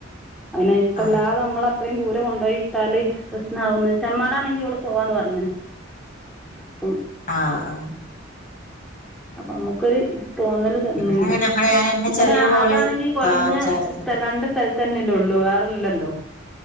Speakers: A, in the centre; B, on the left.
A: അങ്ങിനെ ഇഷ്ടല്ലാത
B: ആഹ്
A: നമ്മളെ അത്രീംദൂരം കൊണ്ടോയിട്ടാല് പ്രശ്നാവുന്ന് ചെമ്മാടാണെങ്കി ഓള് പോവാന്ന് പർഞ്ഞു. പ്പം
B: ആഹ് ആഹ്.
A: അപ്പൊമ്മക്കൊര് തോന്നല് <unintelligible>
B: ഇവിടെ അങ്ങനെ ഇവിടെ ഞാൻ എന്റെ
A: പിന്ന
B: ചെറിയ മോളെ
A: അതാണെങ്കി കൊറഞ്ഞ
B: ആ ചേർത്ത്
A: സ്ഥല രണ്ട്സൽ തന്നെല്ലോള്ളൂ വേറല്ലല്ലോ